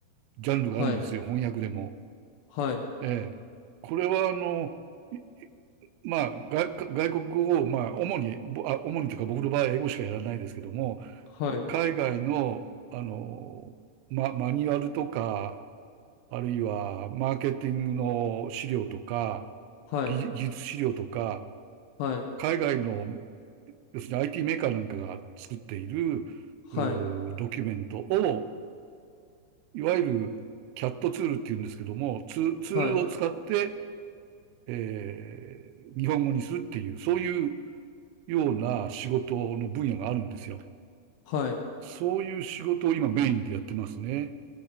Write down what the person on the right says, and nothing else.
ジャンルがあるんですよ、
翻訳でも。
ええ。これは、あの、いまあ、外、外国語を、まあ、主に、ぼあ、主にというか、僕の場合、英語しかやらないですけども、
海外の、あの、ま、マニュアルとか、あるいは、マーケティングの資料とか、
技術資料とか、
海外の、要するに IT メーカーなんかが作っている、
ドキュメントを、いわゆる CAT ツールっていうんですけども、ツツールを使って、
えー日本語にするっていう、そういうような仕事の分野があるんですよ。
そういう仕事を今メインでやってますね。